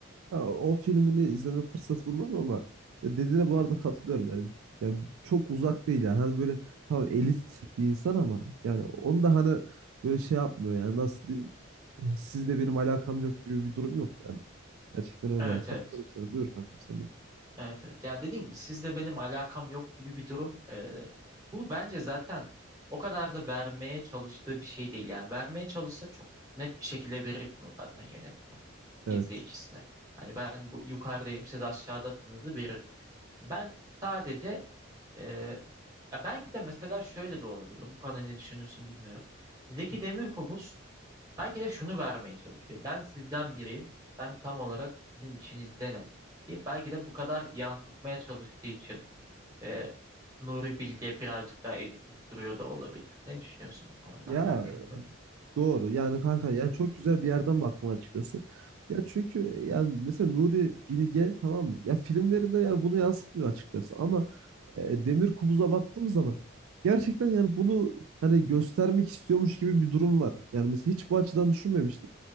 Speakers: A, on the right; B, on the right.
A: Ha, o filmini izleme fırsatı bulmadım ama ya dediğine
B: <laughs>
A: bu arada katılıyorum yani. Yani çok uzak değil yani. Hani böyle tam elit bir insan ama yani onu da hani böyle şey yapmıyor yani nasıl diyeyim sizle benim alakam yok gibi bir durum yok yani. Gerçekten öyle.
B: Evet
A: yani. Katılıyorum
B: evet.
A: sana. Buyur kankam sen de.
B: Evet evet. Yani dediğim gibi sizle benim alakam yok gibi bir durum. Ee, bu bence zaten o kadar da vermeye çalıştığı bir şey değil. Yani vermeye çalışsa çok net bir şekilde verir bunu zaten yönetmen
A: Evet.
B: izleyicisine. Hani ben bu yukarıdayım siz aşağıdasınız da verir. Ben sadece e, ya belki de mesela şöyle de olabilir. Bu konuda ne düşünürsün bilmiyorum. Zeki Demirkubuz Belki de şunu vermeye çalışıyor. Ben sizden biriyim. Ben tam olarak sizin içinizdenim. E, belki de bu kadar yansıtmaya çalıştığı için e, Nuri Bilge birazcık daha elitist duruyor da olabilir. Ne düşünüyorsun bu konuda?
A: Ya
B: Mümkün mü?
A: Doğru. Yani kanka yani çok güzel bir yerden baktın açıkçası. Ya çünkü yani mesela Nuri Bilge tamam mı? Ya filmlerinde yani bunu yansıtmıyor açıkçası ama e, Demir Kubuz'a baktığımız zaman gerçekten yani bunu hani göstermek istiyormuş gibi bir durum var. Yani mesela hiç bu açıdan düşünmemiştim.